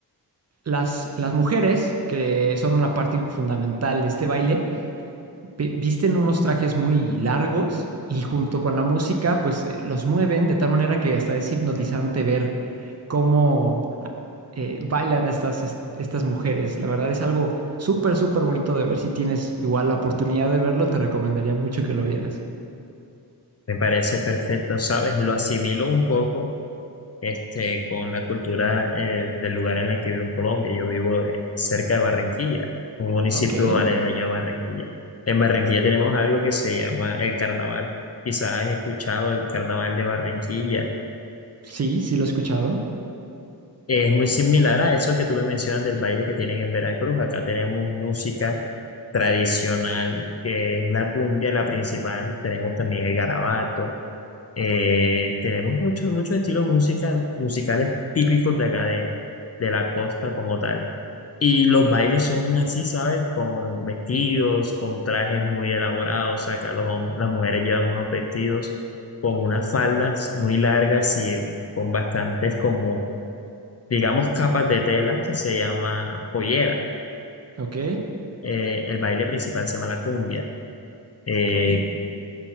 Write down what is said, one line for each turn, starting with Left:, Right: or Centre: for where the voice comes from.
Right: las, las mujeres, que son una parte fundamental de este baile, vi- visten unos trajes muy largos y junto con la música, pues eh, los mueven de tal manera que hasta es hipnotizante ver cómo eh, bailan estas, est- estas mujeres. La verdad es algo súper, súper bonito de ver. Si tienes igual la oportunidad de verlo, te recomendaría mucho que lo vieras.
Left: Me parece perfecto, ¿sabes? Lo asimilo un poco este, con la cultura eh, del lugar en el que vivo en Colombia. Yo vivo eh, cerca de Barranquilla, un municipio
Right: Ok,
Left: aledaño a Barranquilla. En Barranquilla tenemos algo que se llama el carnaval. Quizás has escuchado el carnaval de Barranquilla.
Right: Sí, sí lo he escuchado.
Left: Es muy similar a eso que tú me mencionas del baile que tienen en Veracruz. Acá tenemos música tradicional, que es la cumbia, la principal. Tenemos también el garabato. Eh, tenemos muchos muchos estilos musical, musicales típicos de acá de, de la costa como tal. Y los bailes son así, ¿sabes? Con vestidos, con trajes muy elaborados. O sea, acá los, hom- las mujeres llevan unos vestidos con unas faldas muy largas y con bastantes como, digamos, capas de tela que se llama pollera.
Right: ok,
Left: Eh, el baile principal se llama la cumbia. Eh,
Right: ok,